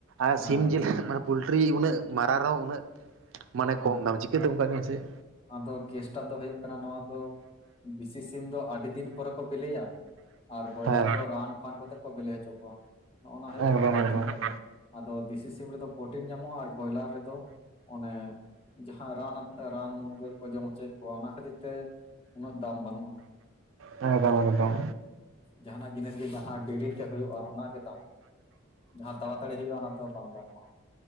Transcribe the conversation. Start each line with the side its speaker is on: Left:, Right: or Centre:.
Right: ᱟᱨ
Left: ᱦᱮᱸ
Right: ᱥᱤᱢ ᱡᱤᱞ ᱢᱟᱱᱮ ᱯᱚᱞᱴᱨᱤ ᱩᱱᱟᱹᱜ ᱢᱟᱨᱟᱝ ᱨᱮᱦᱚᱸ ᱩᱱᱟᱹᱜ ᱢᱟᱱᱮ
Left: ᱦᱮᱸ
Right: ᱠᱚᱢ ᱫᱟᱢ ᱪᱤᱠᱟᱹᱛᱮ ᱚᱱᱠᱟ ᱜᱮ ᱢᱟᱥᱮ
Left: ᱟᱫᱚ ᱠᱥᱴᱟᱜ ᱫᱚ ᱦᱩᱭᱩᱜ ᱠᱟᱱᱟ ᱱᱚᱣᱟ ᱫᱚ ᱵᱮᱥᱤ ᱥᱤᱢ ᱫᱚ ᱟᱹᱰᱤ ᱫᱤᱱ ᱯᱚᱨᱮ ᱠᱚ ᱵᱤᱞᱤᱭᱟ ᱟᱨ ᱵᱚᱭᱞᱟᱨ
Right: ᱦᱮᱸ
Left: ᱫᱚ ᱨᱟᱱ ᱯᱷᱟᱱ ᱠᱚ ᱠᱟᱛᱮ ᱠᱚ ᱵᱤᱞᱤ ᱦᱚᱪᱚ ᱠᱚᱣᱟ ᱱᱚᱜ ᱱᱟ ᱦᱩᱭᱩᱜᱜ
Right: ᱮᱠᱫᱚᱢ
Left: ᱯᱟᱟᱨ
Right: ᱮᱠᱫᱚᱢ
Left: ᱛᱷᱚᱠᱫᱚ
Right: ᱦᱮᱸ ᱦᱮᱸ
Left: ᱟᱫᱚ ᱫᱮᱥᱤ ᱥᱤᱢ ᱨᱮᱫᱚ ᱯᱨᱚᱴᱤᱱ ᱧᱟᱢᱚᱜᱼᱟ ᱟᱨ ᱵᱚᱭᱞᱟᱨ ᱨᱮᱫᱚ ᱚᱱᱮ ᱡᱟᱦᱟᱸ ᱨᱟᱱ ᱨᱟᱱ ᱢᱩᱨᱜᱟᱹᱱ ᱠᱚ ᱡᱚᱢ ᱦᱚᱪᱚᱭᱮᱫ ᱠᱚᱣᱟ ᱚᱱᱟ ᱠᱷᱟᱹᱛᱤᱨ ᱛᱮ ᱩᱱᱟᱹᱜ ᱫᱟᱢ ᱵᱟᱹᱱᱩᱜᱼᱟ
Right: ᱮᱠᱫᱚᱢ ᱮᱠᱫᱚᱢ
Left: ᱡᱟᱦᱟᱱᱟᱜ ᱡᱤᱱᱤᱥ ᱜᱮ ᱡᱟᱦᱟᱸ ᱰᱮᱨᱤ ᱛᱮ ᱦᱩᱭᱩᱜᱼᱟ ᱚᱱᱟᱜᱮ ᱫᱟᱢᱚᱜᱼᱟ ᱡᱟᱦᱟᱸ ᱛᱟᱲᱟᱛᱟᱹᱲᱤ ᱦᱩᱭᱩᱜᱼᱟ ᱚᱱᱟ ᱫᱚ ᱵᱟᱝ ᱫᱟᱢᱚᱜᱼᱟ